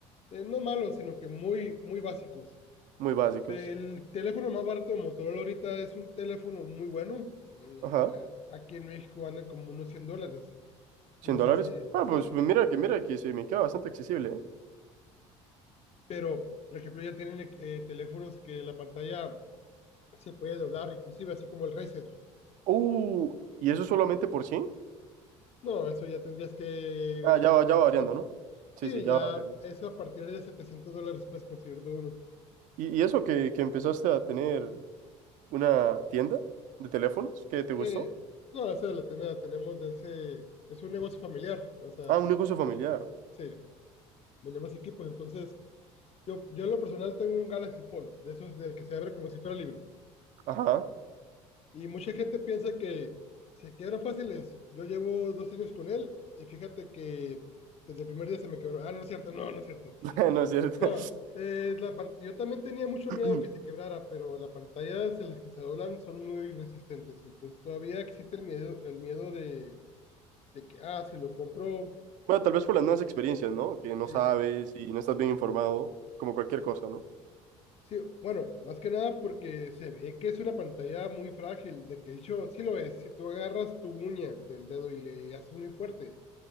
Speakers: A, on the left (about 45°); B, on the right (about 60°).
A: eh, no malos, sino que muy, muy básicos.
B: Muy básicos.
A: El teléfono más barato de Motorola ahorita es un teléfono muy bueno. eh,
B: Ajá,
A: a- aquí en México andan como unos 100 dólares.
B: ¿Cien
A: No sé
B: dólares.
A: si,
B: Ah,
A: sí.
B: pues pues mira que, mira que se me queda bastante accesible, ¿eh?
A: Pero, por ejemplo, ya tienen eh, teléfonos que la pantalla se puede doblar, inclusive así como el Razer.
B: Uh, ¿y eso solamente por 100?
A: No, eso ya tendrías que
B: Ah,
A: hacer
B: ya va,
A: una
B: ya
A: inversión.
B: va variando, ¿no?
A: Sí,
B: Sí, sí, ya
A: ya
B: va variando.
A: eso a partir de 700 dólares puedes conseguir todo uno.
B: ¿Y, y eso que, que empezaste a tener una tienda de teléfonos que te gustó?
A: Eh, no, eso la, ten- la tenemos de ese... Es un negocio familiar, o sea,
B: Ah, un negocio familiar.
A: sí. vendemos equipos. Entonces, yo, yo en lo personal tengo un Galaxy Fold, de esos del que se abre como si fuera libro.
B: Ajá,
A: Y mucha gente piensa que se quiebran fáciles. Yo llevo dos años con él y fíjate que desde el primer día se me quebró. Ah, no es cierto, no, no es cierto.
B: <laughs> no es cierto.
A: No, eh, la pan- yo también tenía mucho
B: <clears throat>
A: miedo que se quebrara, pero las pantallas en las que se doblan son muy resistentes. Entonces todavía existe el miedo, el miedo de, de que, ah, si lo compro,
B: Bueno, tal vez por las nuevas experiencias, ¿no? Que no
A: sí,
B: sabes y no estás bien informado, como cualquier cosa, ¿no?
A: Sí, bueno, más que nada porque se ve que es una pantalla muy frágil, de que de hecho sí lo es. Si tú agarras tu uña del dedo y le haces muy fuerte,